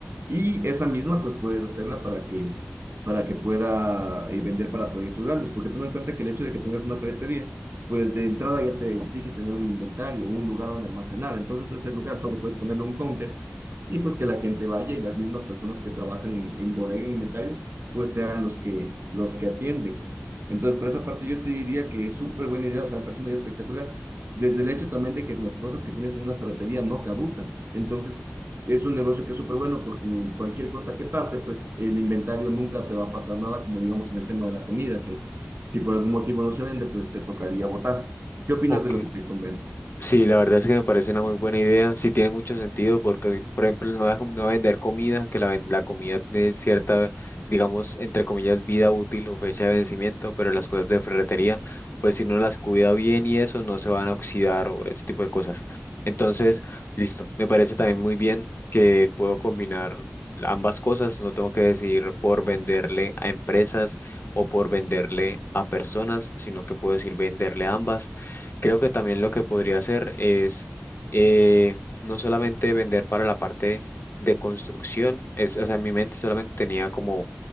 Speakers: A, on the right; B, on the left.
A: Y esa misma, pues puedes hacerla para que, para que pueda eh, vender para proyectos grandes, porque toma en cuenta que el hecho de que tengas una ferretería, pues de entrada ya te exige tener un inventario, un lugar donde almacenar. Entonces, ese lugar solo puedes ponerle un counter y pues que la gente vaya y las mismas personas que trabajan en, en bodega, en inventario, pues sean los que, los que atienden. Entonces, por esa parte yo te diría que es súper buena idea, o sea, me parece una idea espectacular, desde el hecho también de que las cosas que tienes en una ferretería no caducan. Entonces, es un negocio que es súper bueno porque cualquier cosa que pase, pues el inventario nunca te va a pasar nada, como digamos en el tema de la comida, que si por algún motivo no se vende, pues te tocaría botar. ¿Qué opinas
B: Ok.
A: de lo que te convence?
B: Sí, la verdad es que me parece una muy buena idea. Sí tiene mucho sentido porque, por ejemplo, no, va- no va a vender comida, que la, ven- la comida tiene cierta, digamos, entre comillas, vida útil o fecha de vencimiento, pero las cosas de ferretería, pues si no las cuida bien y eso, no se van a oxidar o ese tipo de cosas. Entonces, listo. Me parece también muy bien que puedo combinar ambas cosas. No tengo que decidir por venderle a empresas o por venderle a personas, sino que puedo decir venderle a ambas Creo que también lo que podría hacer es eh, no solamente vender para la parte de construcción, es, o sea, en mi mente solamente tenía como